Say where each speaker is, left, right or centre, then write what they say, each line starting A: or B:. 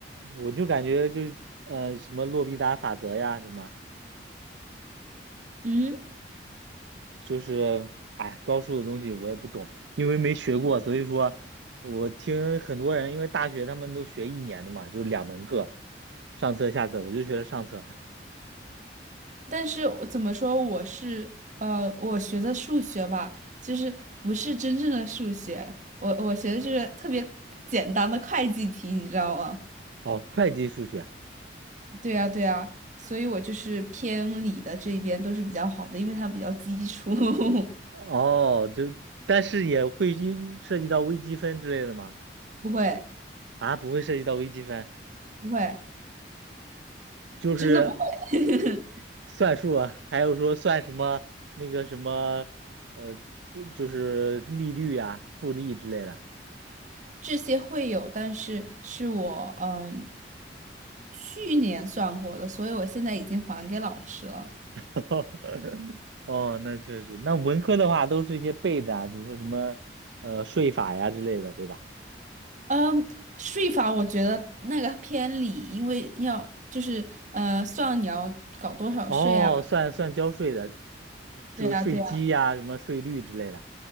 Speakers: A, on the right; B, on the right.
A: 我就感觉就呃什么洛必达法则呀，什么
B: 嗯，
A: 就是哎高数的东西我也不懂，因为没学过，所以说我听很多人，因为大学他们都学一年的嘛，就两门课，上册下册，我就学了上册。
B: 但是我怎么说，我是呃，我学的数学吧，就是不是真正的数学，我我学的是特别简单的会计题，你知道吗？
A: 哦，会计数学，
B: 对呀，对呀，所以我就是偏理的这一边都是比较好的，因为它比较基础。<laughs>
A: 哦，就但是也会一涉及到微积分之类的吗？
B: 不会，
A: 啊，不会涉及到微积分，
B: 不会，
A: 就是。
B: 真的不会。
A: 算数啊，还有说算什么那个什么，呃，就是利率啊、复利之类的。
B: <laughs> 这些会有，但是是我嗯去年算过的，所以我现在已经还给老师了。
A: <laughs> 哦，那确实，那文科的话都是一些背的啊比如说什么呃税法呀之类的，对吧？
B: 嗯，税法我觉得那个偏理，因为要就是呃算你要搞多少税啊，
A: 哦，算算交税的，就是税基呀、
B: 对啊，对啊，
A: 什么税率之类的。